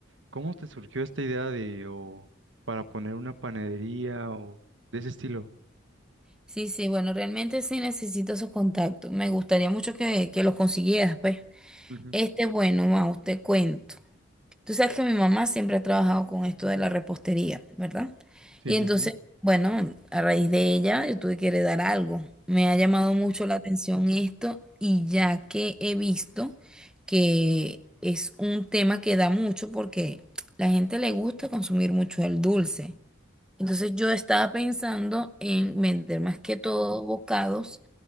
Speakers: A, on the right; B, in the centre.
A: cómo te surgió esta idea de o para poner una panadería o de ese estilo?
B: Sí, sí, bueno, realmente sí necesito esos contactos. Me gustaría mucho que, que los consiguieras, pues.
A: Ujú.
B: Este, bueno, Mau, te cuento. Tú sabes que mi mamá siempre ha trabajado con esto de la repostería, ¿verdad?
A: Sí,
B: Y entonces,
A: sí, sí.
B: bueno, a raíz de ella yo tuve que heredar algo. Me ha llamado mucho la atención esto y ya que he visto que es un tema que da mucho porque la gente le gusta consumir mucho el dulce. Entonces yo estaba pensando en vender más que todo bocados